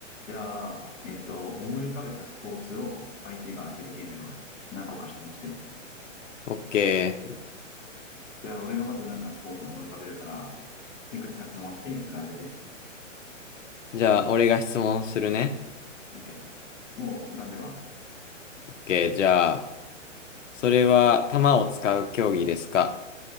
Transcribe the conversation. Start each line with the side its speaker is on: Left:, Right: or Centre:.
Centre: じゃあ、えっと、思い浮かべたスポーツを相手が当てるゲームやろうよ。何個か質問して。
Left: OK。
Centre: じゃあ、俺がまずなんかスポーツを思い浮かべるから、いくつか質問して、それ当てて。
Left: じゃあ、俺が質問するね。
Centre: OK。もう浮かんでるわ。
Left: OK。じゃあ、それは弾を使う競技ですか